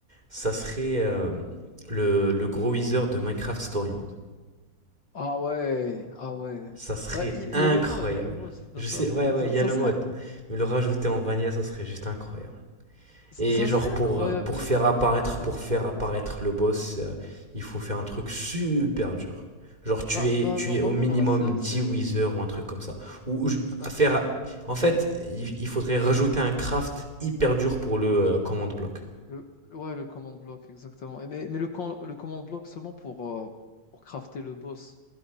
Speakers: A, on the right; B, on the left.
A: Ça serait euh, le, le gros Weezer de Minecraft Story Mode.
B: Ah ouais, ah ouais.
A: Ça serait
B: Ouais, il y, a
A: incroyable.
B: y a le mode, il y a le mode sur
A: Je
B: ça.
A: sais, ouais, ouais,
B: Ça,
A: il y
B: ça
A: a le
B: serait,
A: mode, mais le rajouter en vanilla, ça serait juste incroyable.
B: ça,
A: Et
B: ça
A: genre
B: serait
A: pour,
B: incroyable,
A: euh, pour
B: mais
A: faire apparaître,
B: je pense pas
A: pour
B: qu'ils pourront
A: faire
B: faire
A: apparaître
B: ça.
A: le boss, euh, il faut faire un truc super dur. Genre tu
B: Bah,
A: es,
B: bah,
A: tu
B: normalement,
A: es au minimum
B: dans la série,
A: dix
B: c'est.
A: Wither ou un truc comme ça. Ou ou je-
B: ah,
A: à faire, en fait, il, il faudrait rajouter un craft hyper dur pour le euh, command block.
B: Le... Ouais, le command block, exactement. Et mais mais le, com- le command block seulement pour, euh, pour crafter le boss.